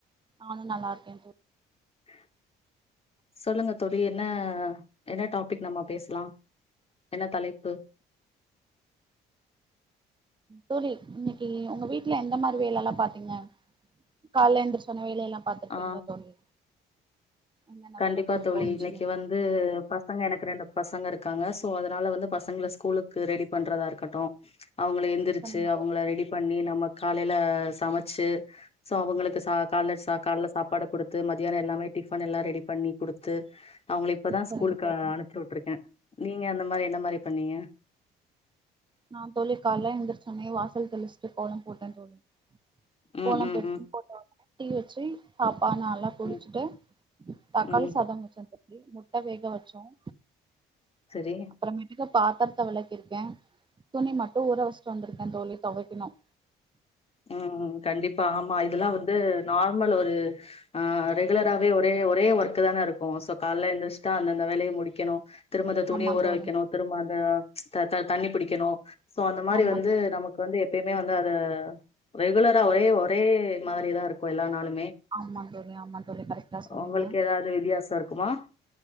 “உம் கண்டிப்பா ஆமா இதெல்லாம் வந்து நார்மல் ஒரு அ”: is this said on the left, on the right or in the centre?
Left